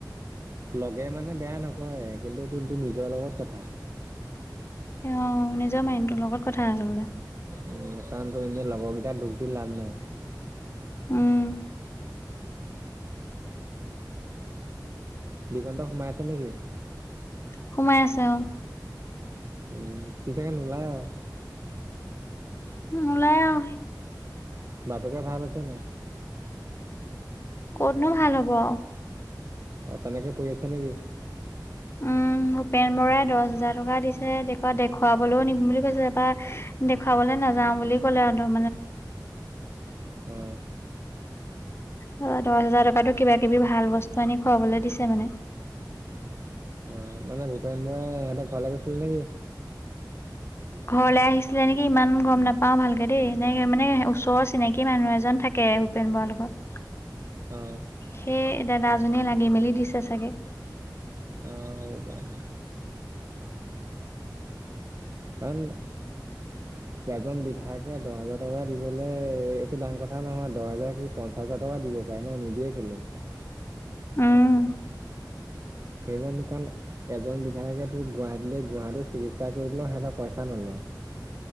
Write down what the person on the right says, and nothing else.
লগে মানে বেয়া নকয়, কিন্তু তোৰ টো নিজৰ লগত কথা।
উম 'কাৰণ তোৰ এনে লগৰকেইটাৰ দোষ দি লাভ নাই।
দিগন্ত সোমাই আছে নেকি?
উম সি চাগে নোলায় আও।
বাপেকে ভাল হৈছে নাই।
অ তেনেকে পৰি আছে নেকি।
অ।
অ মানে ভূপেন বৰাই হঁতৰ ঘৰলে গৈছিলে নেকি?
অ।
অ হব পাৰে। ভালহে। এজন বিধায়কে দহ হোজাৰ টকা দিবলে এ একো ডাঙৰ কথা নহয়, দহ হেজাৰ কি পঞ্চাচ হাজাৰ টকা দিব পাৰে ন, নিদিয়ে কেলে।
<unintelligible> এজন বিধায়কে তোক গুৱাহাটীলৈ, গুৱাহাটী চিকিৎসা কৰি পেলাইও সিহঁতৰ পইচা নলয়।